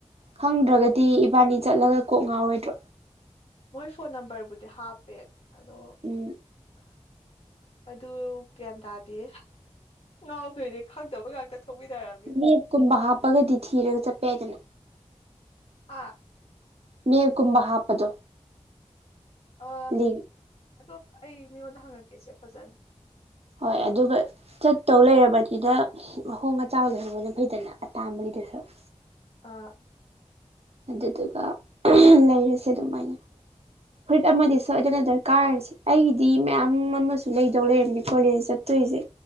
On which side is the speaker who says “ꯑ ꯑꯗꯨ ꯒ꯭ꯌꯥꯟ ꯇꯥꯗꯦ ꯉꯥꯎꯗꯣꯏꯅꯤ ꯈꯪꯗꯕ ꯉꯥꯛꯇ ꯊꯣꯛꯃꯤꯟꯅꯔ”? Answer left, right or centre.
Left